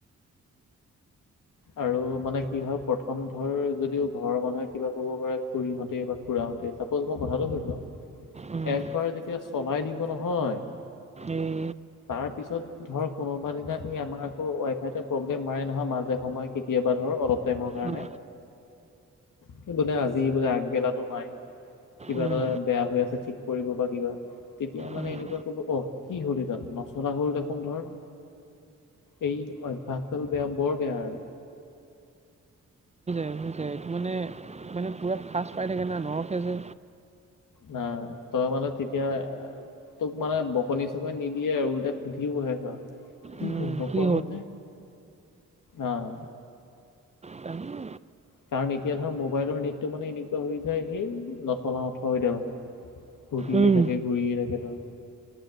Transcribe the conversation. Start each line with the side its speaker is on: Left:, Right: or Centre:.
Left: আৰু মানে কি হয় প্ৰথম ধৰ যদিও ঘৰৰ মানুহে কিবা ক'ব পাৰে খুৰীহঁতে বা খুৰাহ তে চাপজ মই কথাটো কৈছো
Right: উম, উম,
Left: একবাৰ যেতিয়া চলাই দিব নহয়
Right: এই
Left: তাৰ পিছত ধৰক কোনোবা দিনা এই আমাৰ আকৌ ৱাই ফাই প্ৰব্লেম মাৰে নহয় মাজে সময় কেতিয়াবা ধৰ অলপ টাইমৰ কাৰণে
Right: উম,
Left: সে বোলে আজি বোলে আগবেলাতো নাই কিবা
Right: উম, উম,
Left: এটা বেয়া হৈ আছে ঠিক কৰিব বা কিবা তেতিয়া মানে
Right: উম।
Left: এনেকুৱা কব অ কি হ'ল এইডাল নচলা হল দেখোন ধৰ এই অভ্যাসদাল বেয়া বৰ বেয়া আৰু
Right: বহি যায় এইটো মানে মানে পুৰা ফাৰ্ষ্ট পাই থাকে না নৰখে যে
Left: না তই মানে তেতিয়া তোক মানে বকনি চকনি নিদিয়ে আৰু ওলতাই সুধিবহে ধৰা। কি
Right: উম,
Left: হল নোপোৱা
Right: কি
Left: হ'ল যে, আহ।
Right: জানো
Left: কাৰণ এতিয়া ধৰ মোবাইলৰ নেটটো মানে এনেকুৱা হৈ যায়, সেই নচলাও থ এতিয়া ধ ঘূৰিয়ে
Right: উম,
Left: থাকে ঘূৰিয়ে থাকে ত।